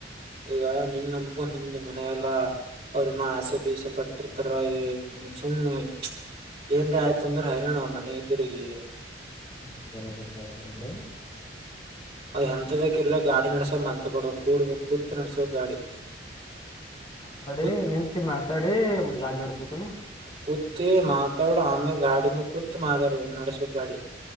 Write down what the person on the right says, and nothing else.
ಈಗ ನಿನ್ ನಂಬಕೊಂಡ ನಿನ್ನ ಮನ್ಯಾಗ ಎಲ್ಲಾ ಅವರ ಏನೋ ಆಸೆ ಪೀಸೆ ಪಟ್ಟಿರ್ತಾರಾ ಏ ನಿನಗ ಸುಮ್ಮ್ ನ ಏನರ ಆಯ್ತು ಅಂದ್ರೆ ಹೈರೋಣಾ ಮನಿ ಇಬ್ಬರಗಿ
ಅದ ಎಂತದ ಯಾಕ್ ಗಾಡಿ ನಡಸೋ ಮಾತ ಬಡ ಕೂಡ್ಬ ಕೂತ್ ನಡಸೋದ ಗಾಡಿ
ಕೂತ್
ಕುತ್ತ ಮಾತಾಡ ಆಮೆ ಗಾಡಿ ಮ್ಯಾಗ ಕುತ ಮಾತಾಡ ನಡೆಸಬೇಕ ಗಾಡಿ